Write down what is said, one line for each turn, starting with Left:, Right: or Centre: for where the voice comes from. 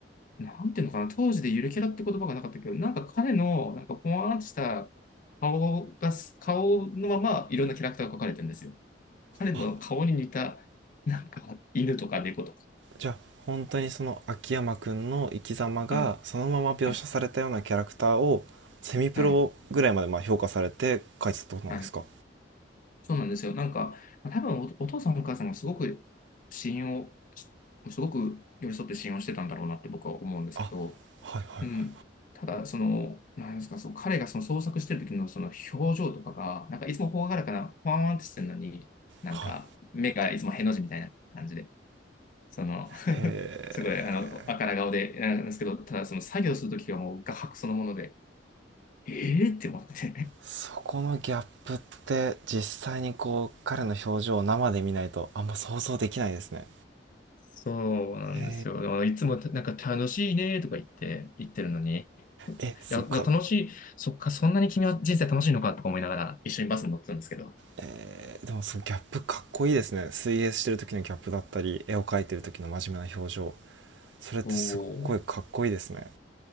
Left: なんていうのかな、当時でゆるキャラって言葉がなかったけど、なんか彼の、なんかぽわーんとした顔が、顔のままいろんなキャラクターが描かれてるんですよ。彼の顔に似た、
Right: あ
Left: なんか犬とか猫とか。
Right: じゃあ本当にその秋山くんの生き様がそのまま描写されたようなキャラクターをセミプロぐらいまでまあ評価されて書いてたってことなんですか
Left: はい、はい、はい、はい。そうなんですよ。なんか、多分お、お父さんお母さんがすごく信用し、すごく寄り添って信用してたんだろうなって僕は思うんですけど、
Right: あはいはい
Left: うん。ただ、その、なんですか、その彼がその創作してる時のその表情とかが、なんかいつもほがらかな、ワンワンってしてるのに、なんか目がいつもへの字みたいな感じで、
Right: はいはい
Left: その、
Right: へえ
Left: すごい、あの、あから顔で、なんですけど、ただその作業するときはもう画伯そのもので、えーって思って
Right: そこのギャップって実際にこう彼の表情を生で見ないとあんま想像できないですね
Left: そうなんですよ。
Right: へ
Left: だからいつもなんか楽しいねとか言って言ってるのに、い
Right: ええすか
Left: や、だから楽しい、そっか、そんなに君は人生楽しいのかとか思いながら一緒にバスに乗ってたんですけど。
Right: えーでもそのギャップかっこいいですね水泳してる時のギャップだったり絵を描いてる時の真面目な表情それってすっごいかっこいいですね
Left: そう、